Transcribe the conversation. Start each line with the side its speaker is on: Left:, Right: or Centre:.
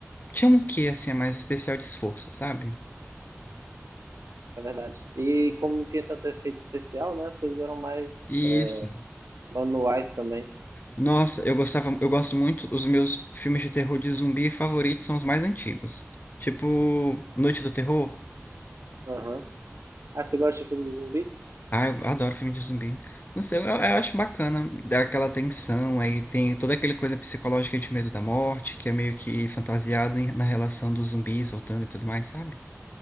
Left: tinham um quê, assim, a mais especial de esforço, sabe?
Right: É verdade. E como não tinha tanto efeito especial, né? As coisas eram mais
Left: Isso.
Right: é, manuais também.
Left: Nossa, eu gostava, eu gosto muito, os meus filmes de terror de zumbi favoritos são os mais antigos. Tipo, Noite do Terror.
Right: Aham. Ah, você gosta de filme de zumbi?
Left: Ah, eu adoro filme de zumbi. Não sei, eu, eu acho bacana dá aquela tensão, aí tem toda aquela coisa psicológica de medo da morte, que é meio que fantasiado em- na relação dos zumbis voltando e tudo mais, sabe?